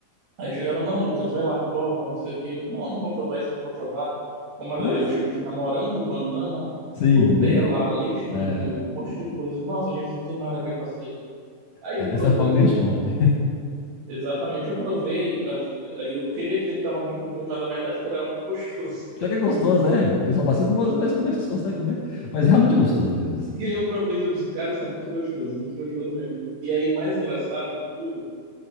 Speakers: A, on the right; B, on the left.
A: Aí chegaram, não, Lucas, vai lá, prova, não sei o quê. Eu, não, não vou provar isso, não vou provar. Como eu
B: Não, mas
A: ti-
B: é...
A: tinha morango, banana,
B: Sim,
A: Nutella,
B: é, de-
A: leite ninho,
B: é
A: um monte de coisa. Nossa, gente, isso não tem nada a ver com açaí. Aí
B: é
A: eu
B: dessa
A: provei,
B: forma que a gente come.
A: Exatamente, eu provei, a- a- eu queria dizer que estava muito ruim, mas a verdade é que era muito gostoso.
B: <laughs> Já
A: <laughs>
B: que é gostoso, é. O pessoal fala assim, mas, mas como é que vocês conseguem comer? Mas realmente é gostoso mesmo, assim.
A: E aí eu provei e eu disse, cara, isso é muito gostoso, muito gostoso mesmo. E aí o mais engraçado de tudo